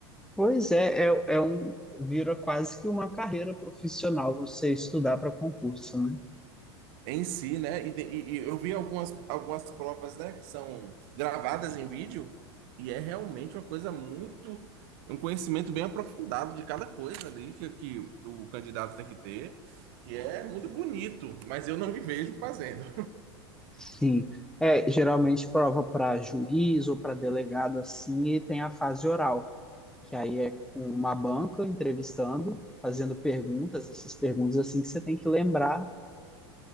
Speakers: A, in the centre; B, on the right (about 55°).
A: pois é, é, é um, vira quase que uma carreira profissional você estudar para concurso, né?
B: em si, né? E, de- e- e eu vi algumas, algumas provas, né, que são gravadas em vídeo, e é realmente uma coisa muito, um conhecimento bem aprofundado de cada coisa ali que, que o candidato tem que ter, que é muito bonito, mas eu não me vejo fazendo.
A: Sim. É, geralmente prova para juiz ou para delegado assim, e tem a fase oral, que aí é com uma banca entrevistando, fazendo perguntas, essas perguntas assim que você tem que lembrar